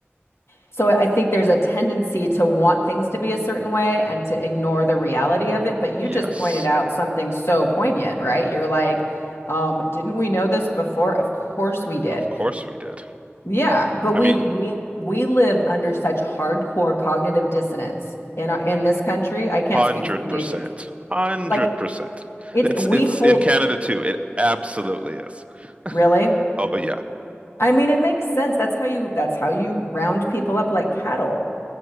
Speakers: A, on the left; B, on the right.
A: So I think there's a tendency to want things to be a certain way and to ignore the reality of it. But you
B: Yes,
A: just pointed out something so poignant, right? You're like, um, didn't we know this before? Of course we did.
B: of course we did.
A: Yeah, but we
B: I mean,
A: we we live under such hardcore cognitive dissonance in our in this country. I can't
B: Hundred
A: speak for Canadians.
B: percent. Hundred
A: Like
B: percent.
A: it's
B: It's
A: we
B: it's
A: hold
B: in Canada too. It absolutely is.
A: Really?
B: Oh yeah,
A: I mean, it makes sense. That's how you that's how you round people up like cattle.